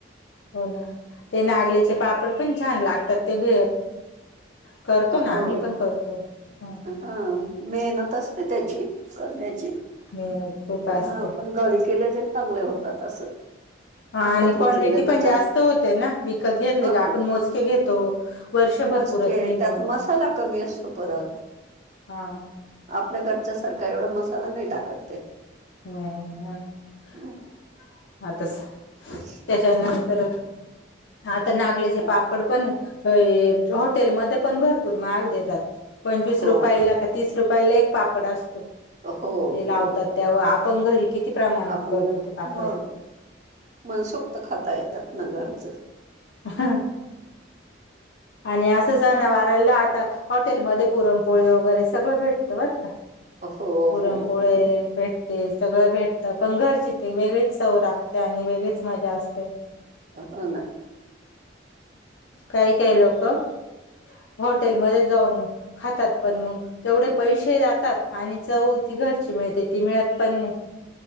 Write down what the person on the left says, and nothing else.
हो ना, ते नागलीचे पापड पण छान लागतात ते भ करतो
ना आम्ही पण करतो हं.
मेहनत खूप असते
हा
आणि क्वांटिटी
पण
जास्त होते ना विकत घेतले
का आपण मोजके घेतो. वर्षभर
पुरत नाही मग
हा
हां
तसं
त्या त्यानंतर आता नागल्याचे
पाप पड पण ये हॉटेलमध्ये पण भरपूर महाग देतात. पंवीस
रुपयाला का तीस रुपयाला एक पापड असतो
ते
लावतात त्यावर आपण घरी किती प्रमाणात
करतो
ते पापड.
हा. आणि असं सना वाराला आता हॉटेलमध्ये पुरणपोळी वगैरे सगळं भेटतं बर का.
पुरणपोळे
भेटते सगळं भेटतं. पण घरची ती वेगळीच चव रागते आणि वेगळीच मजा असते.
काय काय लोकं हॉटेलमध्येच जाऊन खातात पण मंग, तेवढे पैसे जातात आणि चव ती घरची मिळते ती मिळत पण नाय.